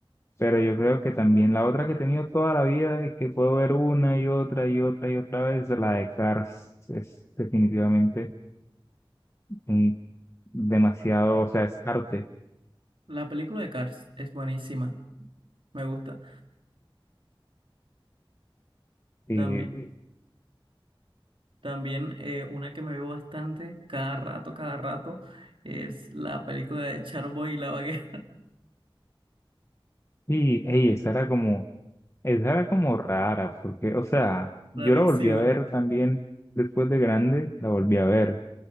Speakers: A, on the left; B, on the right.
A: Pero yo creo que también la otra que he tenido toda la vida y que puedo ver una y otra y otra y otra vez, la de Cars, es definitivamente un- demasiado, o sea, es arte.
B: La película de Cars es buenísima, me gusta.
A: Y,
B: También, también eh, una que me veo bastante, cada rato, cada rato, es la película de Charboy y la vaquera,
A: y ey, esa era como, esa era como rara, porque, o sea, yo
B: <laughs> rarísima.
A: la volví a ver también después de grande, la volví a ver.